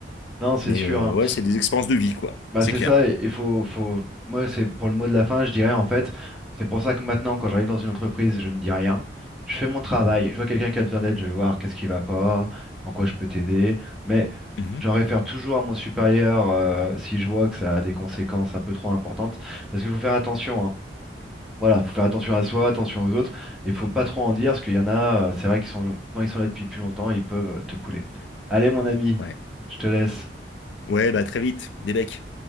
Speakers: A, in the centre; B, on the left (about 80°).
A: Non, c'est
B: Mais
A: sûr.
B: euh,
A: hein.
B: ouais, c'est des expériences de vie, quoi.
A: Bah,
B: C'est
A: c'est
B: clair.
A: ça. Et il faut, faut... Moi, c'est pour le mot de la fin, je dirais en fait. C'est pour ça que maintenant, quand j'arrive dans une entreprise, je ne dis rien. Je fais mon travail. Je vois quelqu'un qui a besoin d'aide, je vais voir qu'est-ce qui va pas, en quoi je peux t'aider. Mais
B: Mhm.
A: j'en réfère toujours à mon supérieur euh, si je vois que ça a des conséquences un peu trop importantes. Parce qu'il faut faire attention. Hein. Voilà, faut faire attention à soi, attention aux autres. Et Il faut pas trop en dire, parce qu'il y en a, euh, c'est vrai qu'ils sont, quand ils sont là depuis plus longtemps, ils peuvent te couler. Allez, mon ami,
B: Ouais.
A: je te laisse.
B: Ouais, bah très vite, des becs.